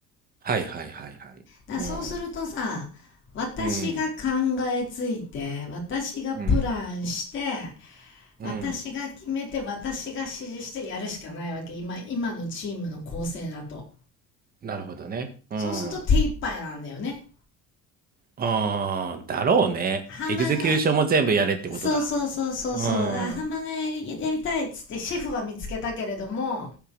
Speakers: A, on the right; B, on the left.
A: はいはいはいはい。
B: だそうするとさ私が考えついて私がプランして
A: うん。うん。うん。
B: 私が決めて私が指示してやるしかないわけ今今のチームの構成だと
A: うん。なるほどね。うん。
B: そうすると手一杯なんだよね
A: うーん、だろうね。
B: ハンバーガー
A: エグゼキューションも全部やれってことだ。
B: そうそうそうそうそうハンバーガーやりやりたいっつってシェフは見つけたけれども
A: うん、